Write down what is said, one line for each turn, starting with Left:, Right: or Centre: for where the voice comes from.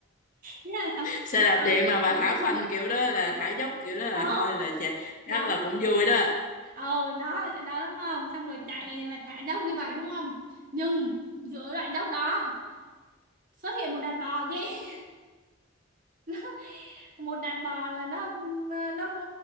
Right: Thế là xong
Left: Xe đạp
Right: xong-
Left: điện mà bà thả phanh kiểu đó là thả dốc kiểu đó là
Right: ờ,
Left: thôi là chà,
Right: đó
Left: chắc là cũng vui đó.
Right: ờ đó là xe đó đúng không xong rồi chạy là thả dốc như vậy đúng không nhưng giữa đoạn dốc đó xuất hiện một đàn bò chị <laughs> một đàn bò là nó nó